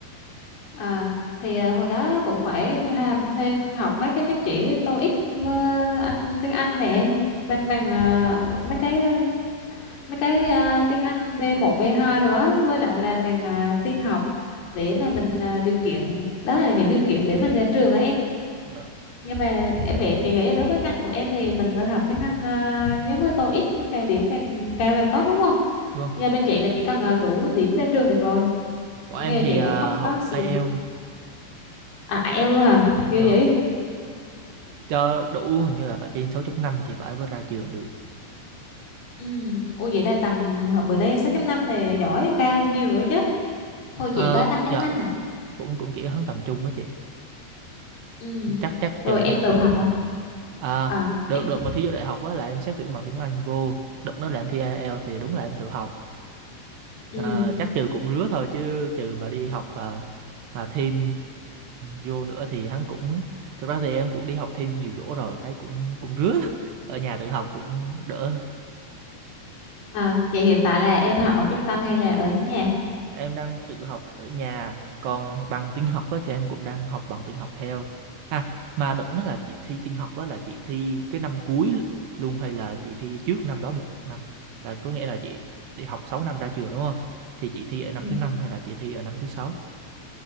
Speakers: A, on the left; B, on the right.
A: À, thì à, hồi đó cũng phải làm thêm học mấy cái chứng chỉ TOEIC với anh tiếng Anh nè bằng bằng à, mấy cái à, mấy cái à, tiếng Anh b một b hai rồi đó, với lại là bằng à, tin học để mà mình à, điều kiện đó là những điều kiện để mình ra trường á em
B: Dạ.
A: nhưng mà em nghĩ chị nghĩ là đối với ngành của em thì mình nên học tiếng Anh à, giống như TOEIC càng điểm càng cao càng tốt đúng không?
B: Vâng.
A: Nhà bên chị là chỉ cần à, đủ điểm ra trường được rồi
B: Bọn
A: nghe
B: em thì
A: chị
B: à,
A: cũng không
B: học
A: có sử
B: IELTS,
A: dụng à IELTS luôn hả ghê
B: vâng.
A: vậy
B: Cho đủ hình như là phải trên sáu chấm năm thì phải mới ra trường được.
A: Ừ. Ủa vậy là tầm hồi bữa nay 6.5 này giỏi cao bao nhiêu rồi chứ? Thôi chị
B: Ờ
A: có 5.5
B: dạ,
A: à?
B: cũng cũng kiểu hắn tầm trung á chị.
A: Ừ.
B: Chắc chắc
A: Rồi
B: trường
A: em
B: cũng
A: tự
B: tầm
A: học
B: trung.
A: à?
B: rồi. À,
A: À
B: được
A: em
B: đợt mà thi vô đại học á là em xét tuyển bằng tiếng Anh vô, đợt nó làm thi IELTS thì đúng là em tự học.
A: ừ.
B: Ờ, chắc trừ cũng rứa thôi chứ trừ mà đi học và và thêm vô nữa thì hắn cũng thực ra thì em cũng đi học thêm nhiều chỗ rồi thấy cũng cũng rứa <laughs> ở nhà tự học cũng đỡ
A: À vậy hiện tại là em học ở trung tâm hay là ở nhà?
B: em đang tự học ở nhà còn bằng tin học á thì em cũng đang học bằng tin học theo à mà động nó là chị thi tin học á là chị thi cái năm cuối luôn hay là chị thi trước năm đó một năm là có nghĩa là chị đi học 6 năm ra trường đúng không thì chị thi ở năm
A: Ừ.
B: thứ năm hay là chị thi ở năm thứ sáu